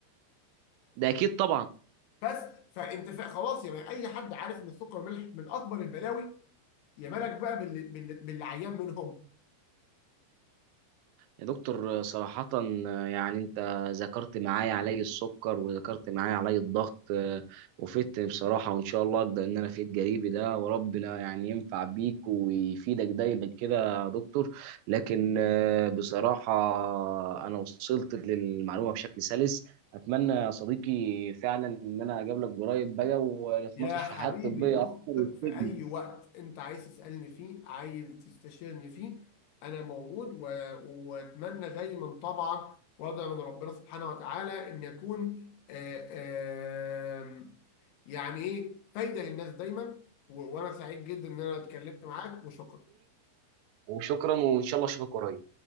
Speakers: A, on the right; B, on the left.
A: ده اكيد طبعا
B: بس فانت فا- خلاص يعني اي حد عارف ان السكر والملح من اكبر البلاوي يا بالك بقى باللي, باللي, باللي عيان منهم
A: يا دكتور صراحة يعني أنت ذكرت معايا علي السكر وذكرت معايا علي الضغط آه، وفدتني بصراحة وإن شاء الله أقدر إن أنا أفيد قريبي ده وربنا يعني ينفع بيك ويفيدك دايما كده يا دكتور لكن آه، بصراحة أنا وصلت للمعلومة بشكل سلس أتمنى يا صديقي فعلا إن أنا أقابلك قريب بقى ونتناقش
B: يا حبيبي
A: في حياة طبية
B: بص
A: أكتر وتفيدني.
B: في أي وقت أنت عايز تسألني فيه عايز تستشيرني فيه أنا موجود و... وأتمنى دايما طبعا وأدعو من ربنا سبحانه وتعالى إن أكون آه، آه، يعني إيه فايدة للناس دايما و... وأنا سعيد جدا إن أنا اتكلمت معاك وشكرا
A: وشكرا وإن شاء الله أشوفك قريب